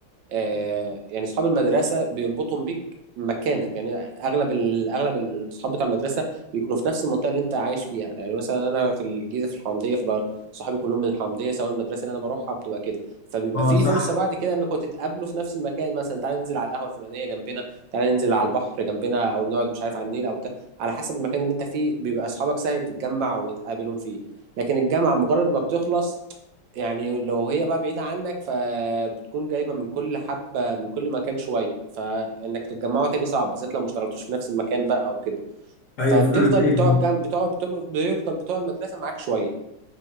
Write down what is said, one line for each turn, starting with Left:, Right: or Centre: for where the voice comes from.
Right: آه، يعني اصحاب المدرسه بيربطهم بيك مكانك يعني اغلب ال- اغلب الاصحاب بتاع المدرسه بيكونوا في نفس المنطقه اللي انت عايش فيها يعني مثلا انا في الجيزه في الحومديه فبقى صحابي كلهم من الحومديه سواء المدرسه اللي انا بروحها بتبقى كده فبيبقى
Left: اه
Right: في
Left: صح
Right: فرصه بعد كده انكم تتقابلوا في نفس المكان مثلا تعالى ننزل على القهوه الفلانيه جنبنا تعالى ننزل على البحر جنبنا او نقعد مش عارف على النيل او بتاع على حسب المكان اللي انت فيه بيبقى اصحابك سهل تتجمع وتقابلهم فيه لكن الجامعه مجرد ما بتخلص يعني لو هي بقى بعيدة عنك فبتكون جايبة من كل حبة من كل مكان شوية فإنك تتجمعوا تاني صعب بالذات لو ما اشتغلتوش في نفس المكان بقى أو كده
Left: ايوه
Right: فبتفضل
Left: فعلا ايوه
Right: بتوع الجم... بتوع بتوع بيفضل بتوع المدرسة معاك شوية